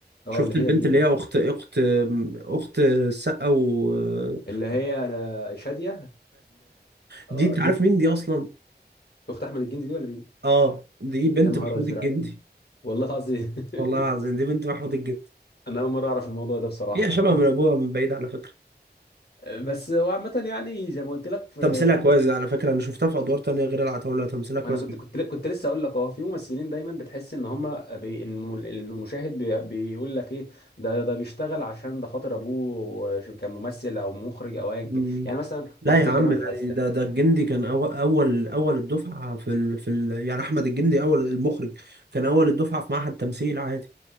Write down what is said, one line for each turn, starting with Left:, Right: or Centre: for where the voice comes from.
Left: اه
Right: شفت
Left: اللي هي
Right: البنت
Left: مين
Right: اللي هي أخت أخت أخت السقا وشادية
Left: اللي هي انا شاديه اه
Right: دي أنت عارف
Left: دي
Right: مين دي أصلا؟
Left: اخت احمد الجندي دي ولا مين
Right: اه دي بنت
Left: يا نهار
Right: محمود
Left: ازرق
Right: الجندي
Left: والله العظيم <laughs>
Right: والله العظيم دي بنت محمود الجندي
Left: انا اول مره اعرف الموضوع ده بصراحه
Right: هي شبه من أبوها من بعيد على فكرة
Left: <laughs> بس هو عامه يعني زي ما قلت لك في
Right: تمثيلها
Left: في
Right: كويس
Left: ممثلين
Right: على فكرة أنا شفتها في أدوار تانية غير العتاولة تمثيلها كويس
Left: ما انا كنت كنت كنت لسه اقول لك اه في ممثلين دايما بتحس ان هم بي... إن المشاهد بي... بيقول لك ايه ده ده بيشتغل عشان ده خاطر ابوه كان ممثل او مخرج او ايا
Right: مم.
Left: كان. يعني مثلا
Right: لا
Left: واحد
Right: يا
Left: زي
Right: عم
Left: كريم عبد
Right: يعني
Left: العزيز
Right: ده ده الجندي كان أول أول أول الدفعة في ال... في ال... يعني أحمد الجندي أول المخرج كان أول الدفعة في معهد تمثيل عادي